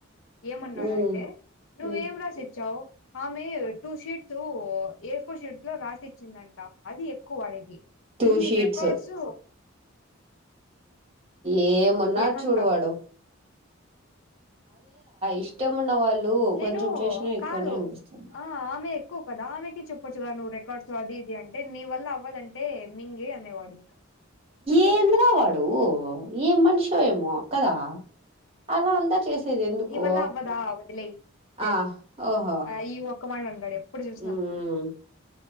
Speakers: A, on the left; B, on the right.
A: ఏమన్నాడు
B: హ్మ్
A: అంటే నువ్వేం
B: హ్మ్
A: రాసిచ్చావు ఆమె two sheets A four sheets లో రాసిచ్చిందంట. అది ఎక్కువ వాడేది
B: టూ
A: ఇన్ని
B: షీట్స్
A: రికార్డ్స్.
B: ఏమున్నాడు
A: ఏమంటావు
B: చూడువాడు. ఇష్టం ఉన్న వాళ్ళు
A: నేను
B: కొంచెం చేసినా ఎక్కువనే
A: కాదు
B: అనిపిస్తుంది
A: ఆ ఆమె ఎక్కువ ప ఆమెకి చెప్పొచ్చు కదా నువ్వు రికార్డ్స్ అది ఇది అంటే నీ వల్ల అవ్వదంటే మింగే అనేవాడు.
B: ఏందిరా వాడు ఏ మనిషో ఏమో కదా! అలా అంతా చేసేది ఎందుకో
A: నీ వల్ల అవ్వదా వదిలేయ్ అంతే
B: ఆ ఓహో
A: ఆ ఈ ఒక్క మాట అంటాడు ఎప్పుడు చూసినా
B: మ్